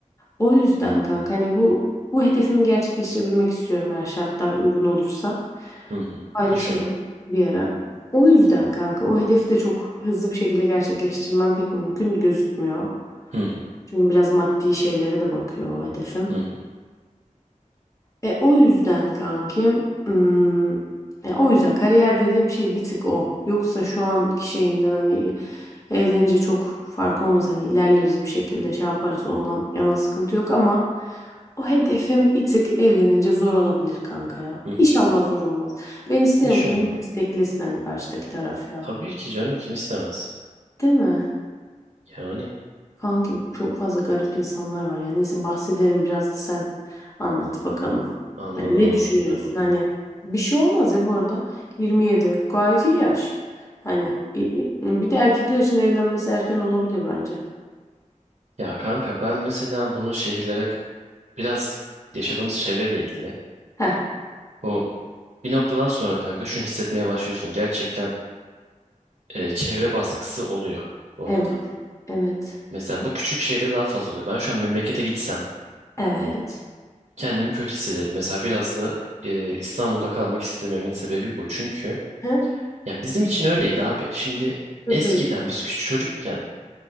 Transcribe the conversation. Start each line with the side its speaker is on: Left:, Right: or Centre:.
Left: O yüzden kanka hani bu bu hedefimi gerçekleştirebilmek istiyorum eğer şartlar uygun olursa.
Right: Hı hı.
Left: Paylaşırım
Right: İnşallah.
Left: bir ara. O yüzden kanka o hedefi de çok hızlı bir şekilde gerçekleştirmem pek mümkün gözükmüyor.
Right: Hı hı.
Left: Çünkü biraz maddi şeylere de bakıyor o hedefim.
Right: Hı hı.
Left: E, o yüzden kankim, hmm, e, o yüzden kariyer dediğim şey bir tık o. Yoksa şu anki şeyimden hani evlenince çok fark olmaz. Hani ilerleriz bir şekilde şey yaparız ondan yana sıkıntı yok ama o hedefim bir tık evlenince zor olabilir kanka ya.
Right: hı.
Left: İnşallah zor olmaz. Ben isterim
Right: İnşallah.
Left: ki beni desteklesin hani karşıdaki taraf ya.
Right: Tabii ki canım kim istemez.
Left: Değil mi?
Right: Yani
Left: Kanki çok fazla garip insanlar var ya. Neyse bahsederim biraz da sen anlat bakalım.
Right: anladım
Left: Yani ne
Right: anladım
Left: düşünüyorsun?
Right: ben onları.
Left: Hani bir şey olmaz ya bu arada. 27 gayet iyi yaş. Hani i- i- bir de erkekler için evlenmesi erken olabilir bence.
Right: Ya kanka ben mesela bunu şehirlere biraz yaşadığımız çevreyle ilgili.
Left: Heh,
Right: Bu bir noktadan sonra kanka şunu hissetmeye başlıyorsun. Gerçekten e, çevre baskısı oluyor bu
Left: evet,
Right: arada.
Left: evet,
Right: Mesela bu küçük şehirde daha fazla oluyor. Ben şu an memlekete gitsem
Left: evet.
Right: kendimi kötü hissederim. Mesela biraz da e, İstanbul'da kalmak istememin sebebi bu. Çünkü
Left: Heh,
Right: ya bizim için öyleydi abi. Şimdi
Left: Hı
Right: eskiden
Left: hı.
Right: biz küçük çocukken